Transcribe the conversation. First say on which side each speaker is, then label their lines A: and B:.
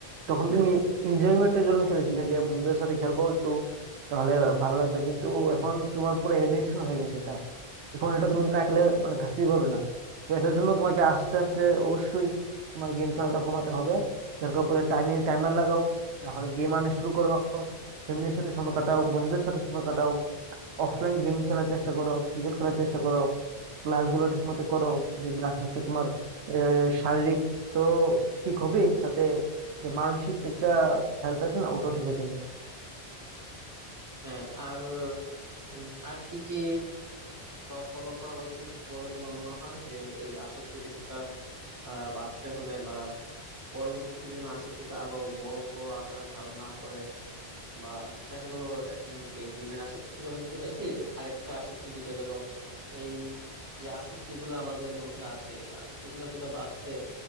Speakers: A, on the right; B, on the right.
A: তখন তুমি এনজয়মেন্টের জন্য খেলেছিলে যে বন্ধুদের সাথে খেলবো একটু তাহলে ভালো লাগবে কিন্তু এখন তোমার পুরো এডিকশন হয়ে গেছে এটা এখন এটা তুমি না খেলে মানে থাকতেই পারবে না তো এটার জন্য তোমাকে আস্তে আস্তে অবশ্যই তোমার গেম খেলাটা কমাতে হবে দরকার পড়লে টাইমে টাইমার লাগাও না হলে গেম আনইনস্টল করো ফ্যামিলির সাথে সময় কাটাও বন্ধুদের সাথে সময় কাটাও অফলাইন গেম খেলার চেষ্টা করো ক্রিকেট খেলার চেষ্টা করো ক্লাস গুলো ঠিক মতো করো দেখবে আস্তে আস্তে তোমার আহ, শারীরিক তো ঠিক হবে সাথে যে মানসিক একটা হেলথ আছে না ওটাও ঠিক হয়ে যাবে
B: হ্যাঁ আর উম, আর কি কি ফলো করা উচিত বলে তোমার মনে হয় যে এই আসক্তি আহ বাঁচতে হলে বা পরবর্তীতে যেন আসক্তিটা আরো বড় বড় আকারে ধারণ না করে বা দেখা গেল এখন এই গেমের আসক্তি থেকে মুক্তি পাইছি আরেকটা আসক্তি ঢুকে গেল এই যে আসক্তি গুলো আমাদের মধ্যে আছে এই আসক্তি গুলো থেকে বাঁচতে